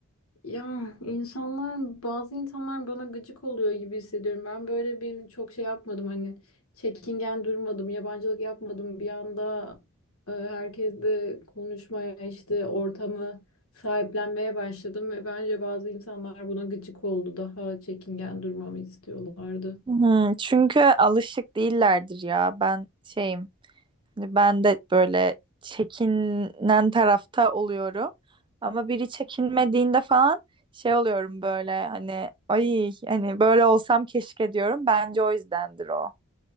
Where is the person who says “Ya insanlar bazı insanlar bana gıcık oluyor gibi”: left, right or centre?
Left